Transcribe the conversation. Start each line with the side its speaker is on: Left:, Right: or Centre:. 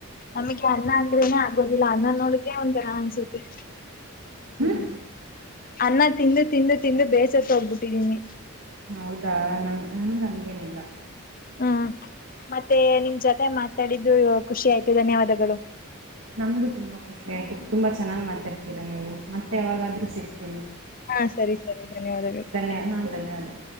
Left: ನಮಗೆ ಅನ್ನ ಅಂದ್ರೇನೆ ಆಗೋದಿಲ್ಲ ಅನ್ನ ನೋಡಕೆ ಒಂದರ ಅನ್ಸುತ್ತೆ.
Right: ಹ್ಮ್.
Left: ಅನ್ನ ತಿಂದು ತಿಂದು ತಿಂದು ಬೇಸತ್ ಹೋಗ್ಬಿಟ್ಟಿದೀನಿ.
Right: ಹೌದಾ ನಮ ನಮ್ದ್ ಹಂಗೇನಿಲ್ಲ.
Left: ಹ್ಮ್ ಮತ್ತೆ ನಿಮ್ ಜೊತೆ ಮಾತಾಡಿದ್ದು ಖುಷಿ ಆಯ್ತು ಧನ್ಯವಾದಗಳು.
Right: ನಮ್ಗೂ ತುಂಬ ಖುಷಿ ಆಯ್ತು ತುಂಬಾ ಚೆನ್ನಾಗ್ ಮಾತಾಡ್ <unintelligible> ಮತ್ತೆ ಯಾವಾಗಾದ್ರೂ ಸಿಗ್ತೀನಿ
Left: ಹಾ ಸರಿ ಸರಿ ಧನ್ಯವಾದಗಳು
Right: ಧನ್ಯವಾದ ಹಾ ಧನ್ಯವಾದ.